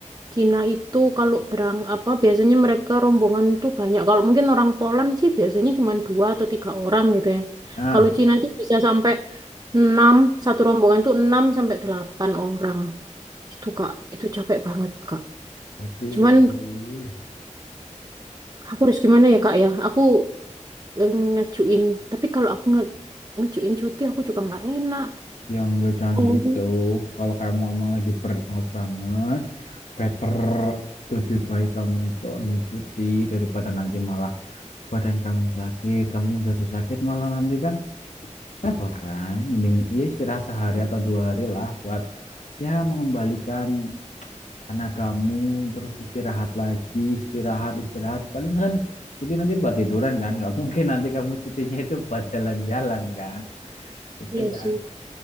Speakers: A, on the right; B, on the left.
A: Cina itu kalau berang apa biasanya mereka rombongan tuh banyak. Kalau mungkin orang Poland sih biasanya cuma dua atau tiga orang gitu ya.
B: Ah,
A: Kalau Cina itu bisa sampai enam, satu rombongan tuh enam sampai delapan orang. Itu Kak, itu capek banget Kak.
B: aduh,
A: Cuman
B: aduh.
A: aku harus gimana ya Kak ya? Aku eh, ngajuin, tapi kalau aku nge ngajuin cuti aku juga nggak enak.
B: Ya enggak, jangan
A: Oh,
B: gitu. Kalau kamu emang lagi burn out banget, better lebih baik kamu itu ambil cuti daripada nanti malah badan kamu sakit, kamu jatuh sakit malah nanti kan repot kan. Mending ya istirahat sehari atau dua hari lah buat ya mengembalikan tenagamu, terus istirahat lagi, istirahat, istirahat. Paling kan cuti nanti buat tiduran kan, nggak mungkin nanti kamu cutinya itu buat jalan-jalan kan. Itu
A: iya
B: kan
A: sih.